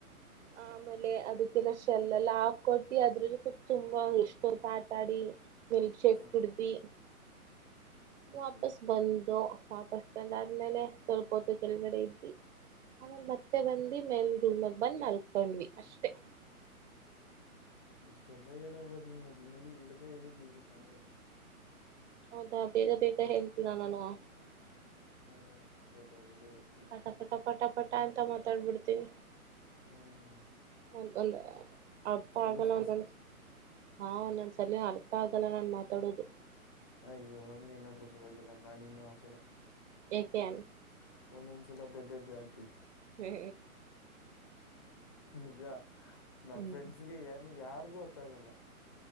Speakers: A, on the right (about 55°); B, on the left (about 20°).
A: ಆ ಆಮೇಲೆ ಅದಕ್ಕೆಲ್ಲ ಶೆಲ್ ಎಲ್ಲಾ ಹಾಕೊಟ್ಟಿ ಅದ್ರ ಜೊತೆ ತುಂಬಾ ಎಷ್ಟೊತ್ ಆಟಾ ಆಡಿ ಮಿಲ್ಕ್ ಶೇಕ್
B: ಹ್ಮ್
A: ಕುಡ್ದೀ
B: ಹ್ಮ್
A: ವಾಪಸ್
B: ಹ್ಮ್
A: ಬಂದು ವಾಪಸ್ ಬಂದ ಆದ್ಮೇಲೆ ಸ್ವಲ್ಪ ಹೊತ್ತು ಕೆಳಗಡೆ ಇದ್ದಿ ಆಮೇಲ ಮತ್ತೆ ಬಂದಿ ಮೇಲ್ ರೂಮಲ್ಲಿ ಬಂದ್ ಮಲ್ಕೊಂಡ್ವಿ ಅಷ್ಟೇ.
B: ಹ್ಮ ಇಷ್ಟೆಲ್ಲಾ ಹೇಳೋ ಬದ್ಲು ಮೆಲ್ ಮೆಲ್ಗ ಹೇಳಿದಿದ್ರೆ ಚೆನ್ನಾಗಿರ್
A: ಹೌದಾ ಬೇಗ ಬೇಗ ಹೇಳ್ತೀನಾ ನಾನು?
B: ಹ ಹ್ಮ್ ಬೇಗ ಬೇಗ ಹೇಳ್ತಿ
A: ಟ ಪಟ ಪಟ ಪಟ ಅಂತ ಮಾತಾಡ್ಬಿಡ್ತೀನಿ.
B: ಹ್ಮ್
A: ಒ ಒಂದು ಅರ್ಥ
B: ಫುಲ್ಲು
A: ಆಗಲ್ಲ
B: ಫಾಸ್ಟ್
A: ಅಂದನ್ ಹಾ ಒನ್ ಸಲಿ ಅರ್ಥ ಆಗಲ್ಲ ನಾನ್ ಮಾತಾಡೋದು.
B: ಅಯ್ಯೋನ್ನೇನಾದ್ರೂ ಪರವಾಗಿಲ್ಲ ನಾನು ಇನ್ನು ಆ ಕಡೆ
A: ಯಾಕೆ.
B: ಒಂದೊಂದ್ಸಲಿ ಅಬೇಬೇಬೆ ಅನ್ತೀ
A: ಹೆ
B: ನಿಜ ನನ್
A: ಹ್ಮ್
B: ಫ್ರೆಂಡ್ಸ್ಗೆ ಏನ್ ಯಾರಿಗೂ ಅರ್ಥ ಆಗಲ್ಲ.